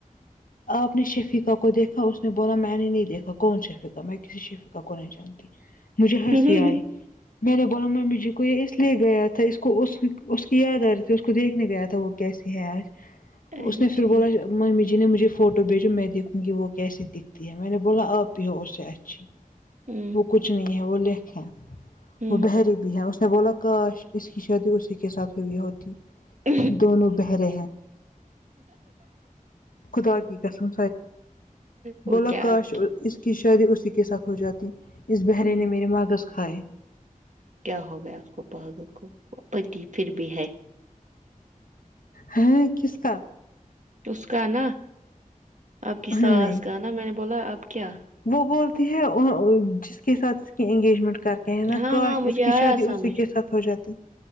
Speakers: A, on the left (about 75°); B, on the right (about 60°).
A: آپ نے شفقہ کو دیکھا اس نے بولا میں نے نہیں دیکھا کون شفقہ میں کسی شفقہ کو نہیں جانتی مجھے ہنسی
B: ہوں
A: آئی میں نے بولا میں مجھے کو کو یہ اس لیے گیا تھا اس کو اس اس کی یاد آ رہی تھی اس کو دیکھنے گیا تھا وہ کیسی ہے آج
B: اچھا
A: اس نے پھر
B: ٹھیک
A: بولا ممی جی نے مجھے فوٹو بھیجو میں دیکھوں گی وہ کیسی دکھتی ہے میں نے بولا آپ ہو اس سے اچھی
B: ہوں
A: وہ کچھ نہیں ہے وہ لکھ ہیں
B: ہوں
A: وہ بحری بھی ہے اس نے بولا تو کاش اس کی شادی اسی کے ساتھ ہوئی ہوتی
B: ہ
A: دونوں بہرے ہیں خدا کی قسم
B: وہ
A: بول
B: کیا
A: کاش
B: آپ
A: کی شادی اسی کے ساتھ ہو جاتی اس بہری
B: ہوں
A: نے میرے ماگذ کھائے
B: کیا ہو گیا اس کو پاگل کو پتی پھر بھی ہے
A: ہاں کس کا
B: اس کا نا آپ کی
A: نہیں
B: ساس کا نا میں نے بولا آپ کیا
A: وہ بولتی ہے جس کے ساتھ اس کی انگیجمنٹ کر کے ہیں نا
B: ہاں
A: کاش
B: ہاں مجھے
A: اس کی
B: آیا
A: شادی
B: سمجھ
A: اسی کے ساتھ ہو جاتی